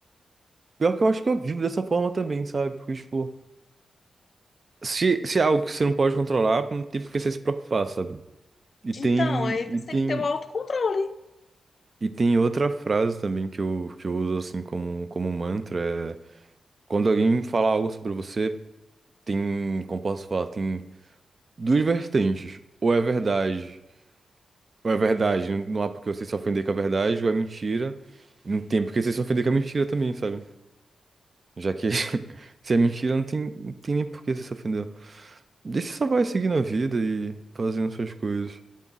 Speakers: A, on the right (about 45°); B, on the left (about 50°).
A: Pior que eu acho que eu vivo dessa forma também, sabe? Porque, tipo, se, se é algo que você não pode controlar, não tem por que você se preocupar, sabe? E tem,
B: Então, aí
A: e
B: você
A: tem
B: tem que ter o autocontrole.
A: E tem outra frase também que eu, que eu uso assim como, como mantra, é quando alguém fala algo sobre você, tem, como posso falar, tem duas vertentes. Ou é verdade, ou é verdade, não não há porque você se ofender com a verdade, ou é mentira, não tem porque você se ofender com a mentira também, sabe? Já que <laughs> se é mentira, não tem, não tem nem por que você se ofender. Deixa só vai seguindo a vida e fazendo suas coisas.